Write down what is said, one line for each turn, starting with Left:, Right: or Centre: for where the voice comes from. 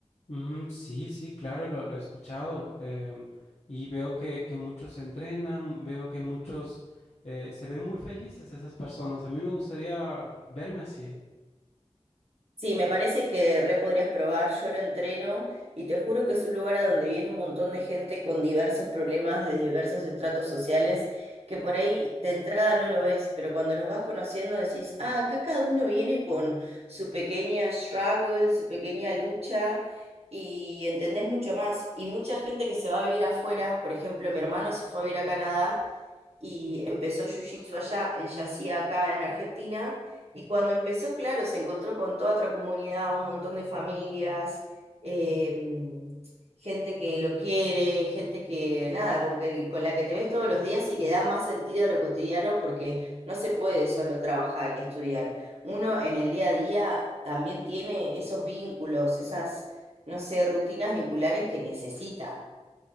Left: Mm, sí, sí, claro, lo, lo he escuchado em, y veo que, que muchos entrenan, veo que muchos eh, se ven muy felices esas personas. A mí me gustaría verme así
Right: Sí, me parece que re podrías probar, yo lo entreno y te juro que es un lugar a donde viene un montón de gente con diversos problemas de diversos estratos sociales que por ahí de entrada no lo ves, pero cuando los vas conociendo decís, ah, acá cada uno viene con su pequeña struggle, su pequeña lucha y entendés mucho más. Y mucha gente que se va a vivir afuera, por ejemplo, mi hermano se fue a vivir a Canadá y empezó Jiu-Jitsu allá, él ya hacía acá en Argentina, y cuando empezó, claro, se encontró con toda otra comunidad, un montón de familias, eh, gente que lo quiere, gente que, nada, con que, con la que te ves todos los días y le da más sentido a lo cotidiano porque no se puede solo trabajar y estudiar. Uno en el día a día también tiene esos vínculos, esas, no sé, rutinas vinculares que necesita.